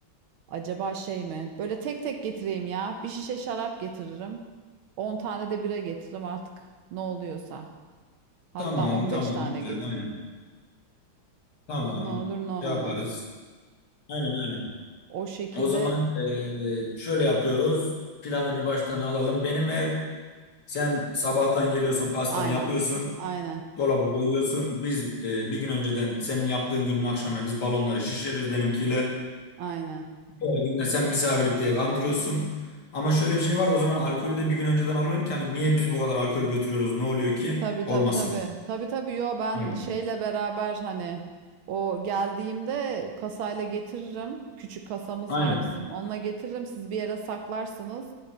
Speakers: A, on the right (about 80°); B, on the left (about 55°).
A: Acaba şey mi? Böyle tek tek getireyim ya. Bir şişe şarap getiririm. 10 tane de bira getiririm artık. Ne oluyorsa. Hatta
B: Tamam
A: 15
B: tamam
A: tane
B: güzel
A: getireyim.
B: aynen. Tamam
A: Ne olur ne olmaz.
B: şey yaparız. Aynen aynen.
A: O şekilde
B: O zaman e, şöyle yapıyoruz. Planı bir baştan alalım. Benim ev sen sabahtan geliyorsun pastanı
A: aynen.
B: yapıyorsun.
A: Aynen.
B: Dolaba koyuyorsun. Biz e, bir gün önceden senin yaptığın günün akşamına biz balonları şişiririz benimkiyle.
A: Aynen.
B: Her gün de sen misafirlik diye kandırıyorsun. Ama şöyle bir şey var o zaman alkolü de bir gün önceden alırım ki hani niye biz bu kadar alkolü götürüyoruz ne oluyor ki?
A: Tabii
B: Olmasın.
A: tabii tabii. Tabii tabii yo ben
B: Aynen.
A: şeyle beraber hani o geldiğimde kasayla getiririm. Küçük kasamız
B: Aynen.
A: var bizim. Onunla getiririm. Siz bir yere saklarsınız.